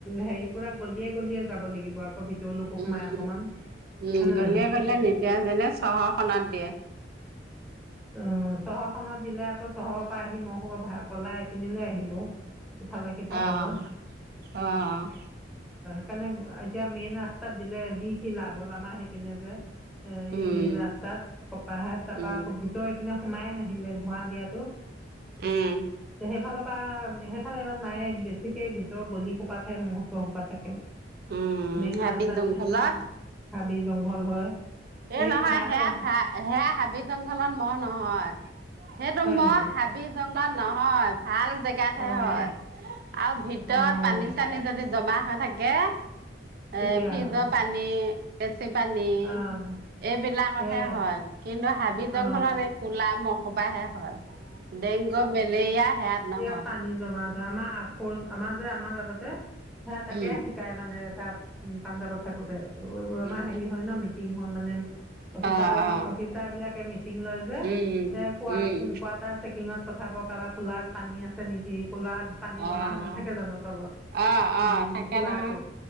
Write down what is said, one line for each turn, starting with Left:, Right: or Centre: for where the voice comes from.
Centre: হেৰি পুৰা গলিয়ে গলিয়ে যাব লাগিব আকৌ ভিতৰলৈকো
Right: উম,
Centre: সম নাই অকমান
Right: উম,
Centre: হয়নে
Right: গলেয়ে
Centre: নহয়
Right: গলিয়ে নিদিয়ে পেলে চহৰখনত দিয়ে।
Centre: অ', চহৰখনত দিলে আকৌ চহৰৰ পৰা আহি মই খোপা পলাই আহ পিনিলৈ আহিব। ইফালে সিফালে
Right: অ',
Centre: হয়।
Right: অ',
Centre: সেইকাৰণে এতিয়া মেইন ৰাস্তাত দিলে দি কি লাভ হ'ল আমাৰ সেইপিনে যে। এ এই
Right: উম,
Centre: মেইন ৰাস্তাত কপাহাৰাত তাৰপা
Right: উম,
Centre: আকৌ ভিতৰ এইপিনে সোমাইে নাহিলে ধোঁৱা দিয়াতো।
Right: উম,
Centre: সেইফালৰ পৰা সেইফালে ইমান নাই বেছিকে ভিতৰৰ গলি সোপা থাকে মহ চহ সোপা থাকে।
Right: উম,
Centre: মেইন
Right: হাবি
Centre: ৰাস্তা
Right: জংঘলত
Centre: পিনে হাবি জংঘল হয়। সেই
Right: এই নহয়
Centre: সেয়া
Right: হে
Centre: ঠাইত
Right: হ হেয়া হাবি জংঘলত মহ নহয়। সেইটো
Centre: হয়
Right: মই
Centre: নেকি
Right: হাবি জংললত নহয়। ভাল জেগাতহে
Centre: অঁ
Right: হয় আৰু ভিতৰত
Centre: অঁ
Right: পানী চানী যদি জমা থাকে
Centre: তেতিয়া
Right: এ ফিজৰ
Centre: হয়
Right: পানী এচি পানী।
Centre: অঁ
Right: এইবিলাকতহে
Centre: সেই
Right: হয়। কিন্তু হাবি জংঘলত
Centre: অ
Right: এই কুলা মহসুপাহে হয়। ডেংগু মেলেৰিয়া সেয়াত নহয়
Centre: এ পানী জমা ধৰা আমাৰ আমাৰ যে আমাক আগতে হে তাকে
Right: উম,
Centre: শিকাই মানে তাত উম পাঞ্জাৱত থাকোতে। আমাৰ
Right: উম,
Centre: হেৰি হয় ন মিটিং হয় মানে। অফিচাৰনী,
Right: অ', অ',
Centre: অফিচাৰবিলাকে মিটিং লয় যে,
Right: উম,
Centre: কোৱা-কোৱাটাৰ
Right: উম।
Centre: চেকিঙত। পঠাব কাৰোবাৰ কোলাৰত পানী আছে নেকি? কোলাৰত পানী
Right: অ',
Centre: জমা হৈ নাথাকে জানো তলত
Right: অ',
Centre: উম
Right: অ', থাকে
Centre: কোলাৰটো।
Right: নহয়,